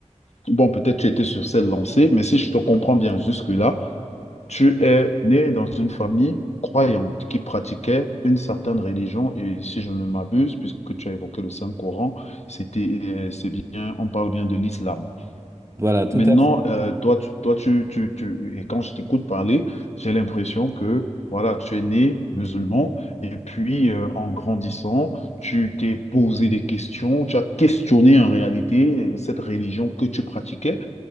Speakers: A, on the left (about 60°); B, on the right (about 25°).
A: bon, peut-être tu étais sur cette lancée, mais si je te comprends bien jusque-là. Tu es né dans une famille croyante qui pratiquait une certaine religion et si je ne m'abuse, puisque tu as évoqué le Saint-Coran, c'était, euh, c'est bien, on parle bien de l'islam.
B: voilà, tout
A: Maintenant,
B: à
A: euh, toi, tu, toi, tu, tu, tu- et quand je t'écoute parler, j'ai l'impression que voilà, tu es né musulman et puis euh, en grandissant, tu t'es posé des questions, tu as questionné en réalité euh, cette religion que tu pratiquais.